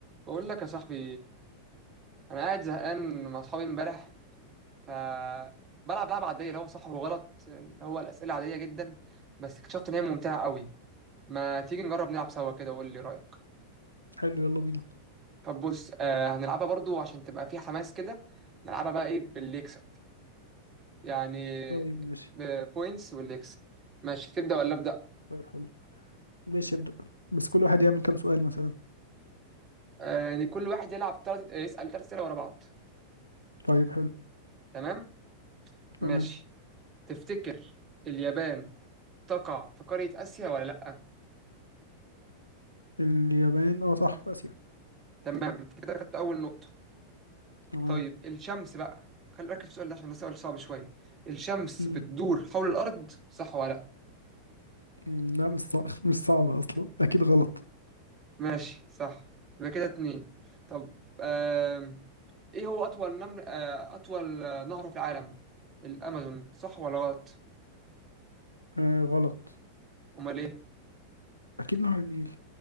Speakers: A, on the right; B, on the left.
A: بقول لك يا صاحبي انا قاعد زهقان مع اصحابي امبارح ف بلعب لعبه عاديه اللي هو صح وغلط اللي هو الاسئله عاديه جدا بس اكتشفت ان هي ممتعه قوي ما تيجي نجرب نلعب سوا كده وقول لي رايك
B: حلو يلا بينا
A: طب بص آه هنلعبها برضو عشان تبقى في حماس كده نلعبها بقى ايه باللي يكسب يعني
B: طيب ماشي
A: بوينتس واللي يكسب ماشي تبدا ولا ابدا
B: طيب حلو ماشي ابدأ بس كل واحد يعمل كام سؤال مثلا
A: آه يعني كل واحد يلعب تلت... يسال ثلاث اسئله ورا بعض
B: طيب حلو
A: تمام ماشي
B: تمام
A: تفتكر اليابان تقع في قاره اسيا ولا لا
B: اليابان اه صح في آسيا
A: تمام انت كده خدت اول نقطة
B: تمام
A: طيب الشمس بقى خلي بالك في السؤال ده عشان ده سؤال صعب شوية الشمس
B: مم.
A: بتدور حول الأرض صح ولا لأ؟
B: مم، لا مش صعب <laughs> مش صعبة أصلا أكيد غلط
A: ماشي صح يبقى كده اتنين طب آم... ايه هو أطول نمر آه... أطول آه، نهر في العالم؟ الأمازون صح ولا غلط؟
B: آه غلط
A: أمال ايه؟
B: أكيد نهر النيل